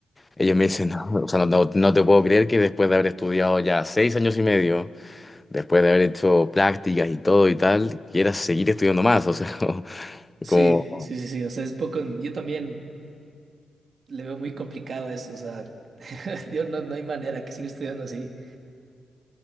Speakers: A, on the left (about 20°); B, on the right (about 55°).
A: ellos me dicen, <laughs> no, o sea, no, no- no te puedo creer que después de haber estudiado ya seis años y medio, después de haber hecho prácticas y todo y tal, quieras seguir estudiando más, o sea, <laughs>
B: Sí,
A: como...
B: sí, sí, sí. O sea, es poco. Yo también. le veo muy complicado eso, o sea, <laughs> yo no, no hay manera que siga estudiando así.